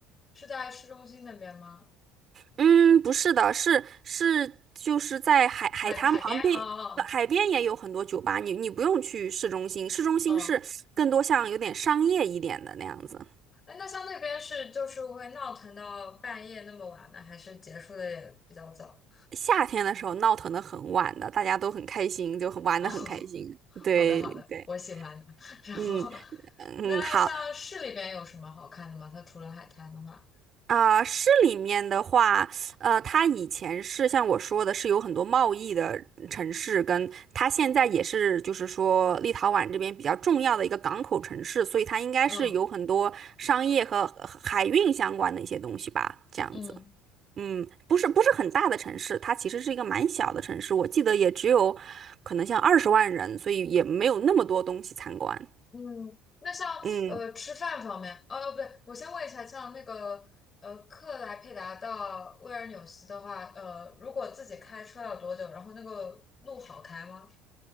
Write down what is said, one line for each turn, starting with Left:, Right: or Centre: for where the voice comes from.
Left: 是在市中心那边吗？
Right: 嗯，不是的，是是，就是在海海滩旁边，
Left: 海海边？哦
Right: 呃海边也有很多酒吧，你你不用去市中心，市中心是更多像有点商业一点的那样子。
Left: 哦哦，哎，那像那边是就是会闹腾到半夜那么晚呢，还是结束的也比较早？
Right: 夏天的时候闹腾的很晚的，大家都很开心，就很玩的很开心。
Left: 哦，好的好的，
Right: 对对，
Left: 我喜欢的 <laughs> 然后，
Right: 嗯嗯，
Left: 那像市里边有什么好看的吗？
Right: 好
Left: 它除了海滩的话，
Right: 啊、市里面的话，呃，它以前是像我说的，是有很多贸易的城市，跟它现在也是，就是说立陶宛这边比较重要的一个港口城市，所以它应该是有很多商业和和海运相关的一些东西吧，
Left: 嗯
Right: 这样子。
Left: 嗯。
Right: 嗯，不是不是很大的城市，它其实是一个蛮小的城市，我记得也只有可能像二十万人，所以也没有那么多东西参观。
Left: 嗯，那像呃吃饭方面，
Right: 嗯，
Left: 呃，不对，我先问一下，像那个呃克莱佩达到威尔纽斯的话，呃，如果自己开车要多久？然后那个路好开吗？